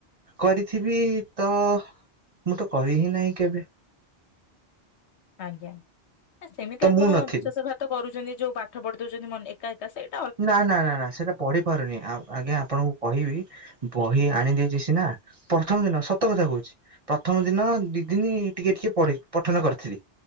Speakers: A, on the right (about 35°); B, on the left (about 75°).
A: କରିଥିବି ତ ମୁଁ ତ କହି ହିଁ ନାହିଁ କେବେ।
B: ଆଜ୍ଞା ଅ ସେମିତି
A: ତ
B: ଆପଣ
A: ମୁଁ ନଥିବି
B: ବିଶ୍ୱାସ ଘା ତ କରୁଚନ୍ତି ଯୋଉ ପାଠ ପଢି ଦଉଛନ୍ତି ମନ ଏକା ଏକା ସେଇ
A: ନା ନା ନା ନା ସେଟା ପଢି ପାରୁନି ଆ ଆଜ୍ଞା ଆପଣଙ୍କୁ କହିବି ବହି ଆଣିଦେଇଛି ସିନା ପ୍ରଥମ ଦିନ ସତ କଥା କହୁଚି। ପ୍ରଥମ ଦିନ ଦି ଦିନ ଟିକେ ଟିକେ ପ ପଠନ କରିଥିଲି।